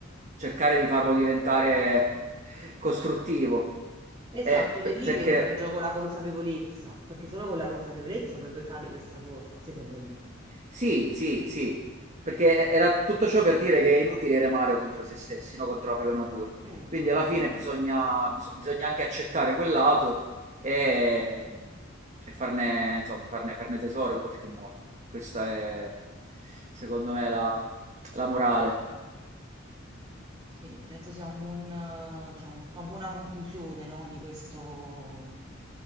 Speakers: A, on the right (about 35°); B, on the right (about 20°).
A: Cercare di farlo diventare <laughs> costruttivo.
B: Esatto,
A: Eh,
B: ed
A: per-
B: è lì
A: perché
B: che entra in gioco la consapevolezza, perché solo con la consapevolezza poi puoi fare questa cosa, secondo me.
A: Sì, sì, sì, perché e- era tutto ciò per dire che è inutile remare contro se stessi, no? Contro la propria natura.
B: Mm.
A: Quindi alla fine
B: Bene.
A: bisogna, bis- bisogna anche accettare quel lato e, e farne, insomma, farne, farne tesoro in qualche modo. Questa è, secondo me, la, la morale.
B: Sì, penso sia un buon, eh, diciamo, una buona conclusione, no, di questo,